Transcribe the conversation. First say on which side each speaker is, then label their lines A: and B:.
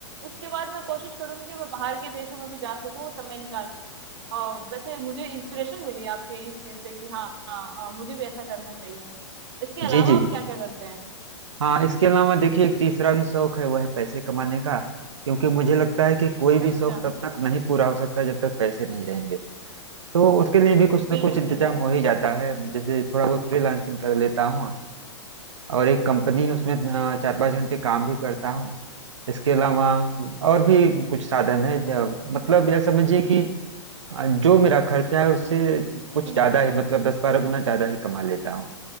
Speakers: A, on the right; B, on the right.
A: उसके बाद मैं कोशिश करूंगी कि मैं बाहर के देशों में भी जा सकूं समय निकाल अ, वैसे मुझे इंस्पिरेशन मिली आपके इस चीज से कि हाँ हाँ, अ, मुझे भी ऐसा करना चाहिए इसके अलावा
B: जी जी
A: आप क्या क्या करते हैं
B: हाँ इसके अलावा देखिए एक तीसरा भी शौक है वह है पैसे कमाने का क्योंकि मुझे लगता है कि कोई भी
A: अच्छा
B: शौक तब तक नहीं पूरा हो सकता जब तक पैसे नहीं रहेंगे तो उसके लिए भी कुछ ना
A: बिल्कुल
B: कुछ इंतजाम
A: बिल्कुल
B: हो ही जाता है जैसे थोड़ा बहुत फ्रीलांसिंग कर लेता हूँ और एक कंपनी है उसमें अ, चार पाँच घंटे काम भी करता हूँ इसके अलावा और भी कुछ साधन है जो, मतलब यह समझिए कि आ, जो मेरा खर्चा है उससे कुछ
A: हम्म
B: ज्यादा
A: हम्म,
B: ही मतलब दस बारह गुना ज्यादा ही कमा
A: अच्छा
B: लेता हूँ